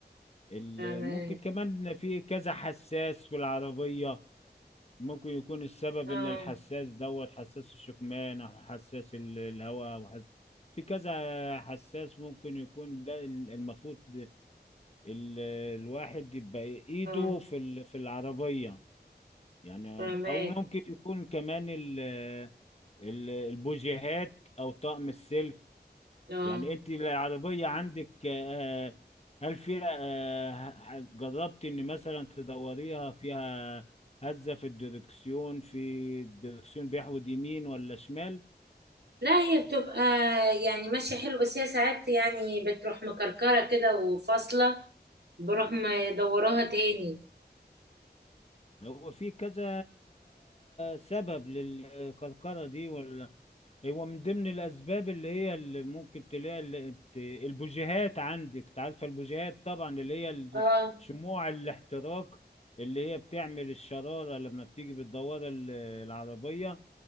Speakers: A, on the left; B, on the right.
A: ال-
B: فاهمك
A: ممكن كمان في كذا حساس في العربية ممكن يكون السبب
B: اه
A: ان الحساس دوت حساس الشكمان او حساس ال- الهواء او حس... في كذا حساس ممكن يكون ده ال- المفروض ال... الواحد يبقى ايده
B: اه
A: في ال... في العربية يعني
B: فاهمك
A: او ممكن يكون كمان ال... ال- البوجيهات او طقم السلك
B: اه
A: يعني انت العربية عندك آه، هل فيها آه، جربت ان مثلا تدوريها فيها هزة في الدركسيون في الدركسيون بيحود يمين ولا شمال
B: لا هي بتبقى يعني ماشية حلو بس هي ساعات يعني بتروح مكركرة كده وفاصلة بروح مدوراها تاني
A: هو في كذا سبب للكركرة دي ولا هو من ضمن الأسباب اللي هي اللي ممكن تلاقي اللي انت- البوجيهات عندك تعرف البوجيهات طبعا اللي هي ال-
B: اه
A: شموع الاحتراق اللي هي بتعمل الشرارة لما بتيجي بتدور ال- العربية